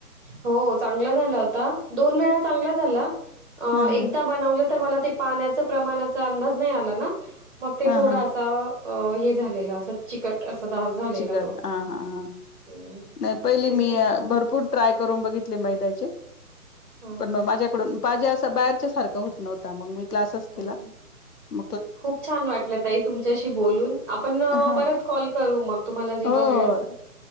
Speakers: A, on the right (about 35°); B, on the left (about 80°).
A: हो चांगला झाला होता दोन वेळा चांगला झाला
B: हम्म
A: एकदा
B: हम्म
A: बनवलं तर मला ते पाण्याचा प्रमाणाचा अंदाज नाही आला ना मग ते
B: हा
A: थोडा
B: हा
A: असा अ हे झालेलं अस चिकट असा डास झालेला
B: चिकट
A: तो.
B: हा हा हां
A: हं,
B: नाही पहिली
A: नाहीतर
B: मी
A: छान
B: भरपूर ट्राय करून बघितला मैद्याचे
A: हां,
B: पण
A: हां,
B: माझ्याकडून पाणी बाहेरच्या सारखा होत नव्हता मग मी क्लासच
A: हां,
B: केला ‌.
A: हां. खूप छान वाटलं ताई तुमच्याशी बोलून आपण
B: हा
A: परत कॉल करू मग. तुम्हाला जेव्हा
B: हो हो
A: वेळ असेल